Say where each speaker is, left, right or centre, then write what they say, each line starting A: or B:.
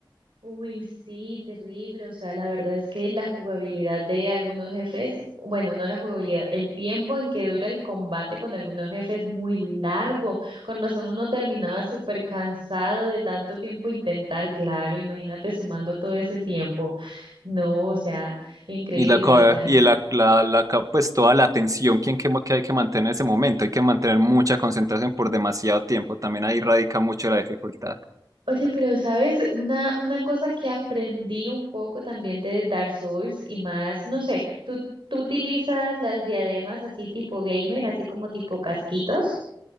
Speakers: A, on the right; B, on the right.
A: Uy, sí, terrible. O sea, la verdad es que la jugabilidad de algunos jefes, bueno, no la jugabilidad, el tiempo en que dura el combate con algunos jefes es muy largo. Con razón uno terminaba súper cansado de tanto tiempo intentar, claro, imagínate sumando todo ese tiempo. No, o sea, increíble.
B: Y la, ca-
A: O sea,
B: y la, la, la ca- pues toda la atención quien que, mo- que hay que mantener en ese momento, hay que mantener mucha concentración por demasiado tiempo, también ahí radica mucho la dificultad.
A: Oye, pero sabes, una, una cosa que aprendí un poco también de Dark Souls y más, no sé, ¿tú, tú utilizas las diademas así tipo gamer, así como tipo casquitos?